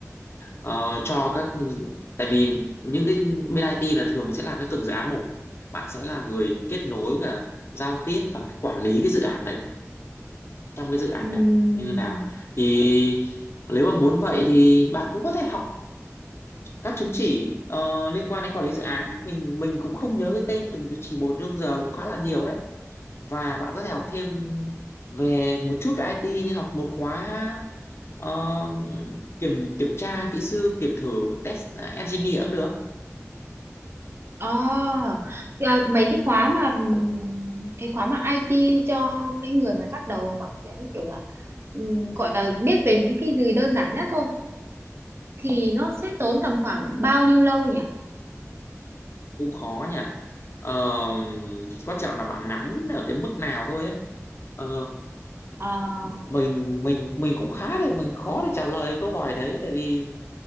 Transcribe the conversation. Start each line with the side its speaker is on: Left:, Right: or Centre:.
Left: Ờ, cho các tại vì những cái bên IT là thường sẽ làm cho từng dự án một bạn sẽ là người kết nối và giao tiếp và cái quản lý cái dự án đấy trong cái dự án
Right: Ừm.
Left: đấy như thế nào thì nếu mà muốn vậy thì bạn cũng có thể học các chứng chỉ ờ, liên quan đến quản lý dự án mình mình cũng không nhớ cái tên từng chứng chỉ một nhưng giờ cũng khá là nhiều đấy và bạn có thể học thêm về một chút về IT như học một khóa ờ, kiểm kiểm tra kỹ sư kiểm thử test ờ, engineer cũng được
Right: À, thì, à, mấy cái khóa mà ừm, cái khóa mà IT cho cái người mới bắt đầu mà kiểu như kiểu là ừm, gọi là biết về những cái gì đơn giản nhất thôi thì nó sẽ tốn tầm khoảng bao nhiêu lâu nhỉ?
Left: cũng khó nhỉ Ờ, quan trọng là bạn nắm ở cái mức nào thôi ấy. Ờ,
Right: À,
Left: mình mình mình cũng khá để mình khó để trả lời câu hỏi đấy tại vì